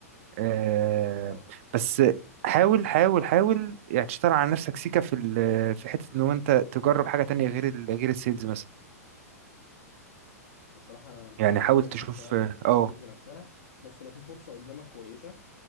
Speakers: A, on the right; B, on the left.
A: آه
B: اه
A: بس حاول حاول حاول يعني تشتغل على نفسك سيكا في ال- في حتة ان هو انت تجرب حاجة تانية غير ال- غير السيلز مثلا
B: بصراحه انا
A: يعني
B: حابب
A: حاول
B: اجرب
A: تشوف
B: اشتغل
A: اه
B: في السيلز
A: اه
B: نفسها بس لو في فرصه قدامك كويسه